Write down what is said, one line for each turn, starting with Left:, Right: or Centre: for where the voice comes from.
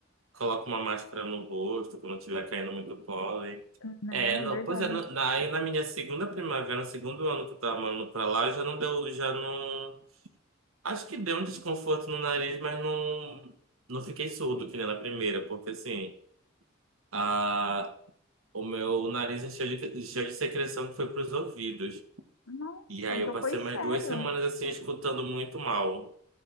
Right: coloca uma máscara no rosto quando tiver caindo muito pólen.
Left: né?
Right: É, não,
Left: É verdade.
Right: pois é, no- na, aí na minha segunda primavera, no segundo ano que eu tava morando pra lá, já não deu, já não. Acho que deu um desconforto no nariz, mas não, não fiquei surdo que nem na primeira, porque assim, a, o meu nariz encheu de, encheu de secreção que foi pros ouvidos.
Left: Nossa,
Right: E aí
Left: então
Right: eu passei
Left: foi sério.
Right: mais duas semanas assim, escutando muito mal.